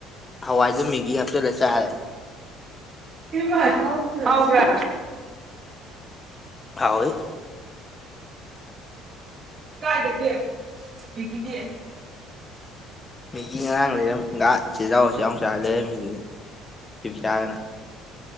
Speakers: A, on the left; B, on the right.
A: ꯍꯋꯥꯏꯖ ꯃꯤꯒꯤ ꯍꯥꯞꯆꯜꯂ ꯆꯥꯔꯦ
B: ꯏꯃꯕ꯭ꯔ
A: ꯑꯑꯣꯣꯏ
B: ꯀꯥꯏꯗꯦꯗꯦ ꯒꯤꯗꯤ
A: ꯎꯝ ꯏ ꯉꯔꯥꯡ ꯂꯩꯔꯝꯒ ꯆꯖꯥꯎ ꯆ ꯆ ꯂꯩꯔꯝꯃꯤ ꯆꯗꯅ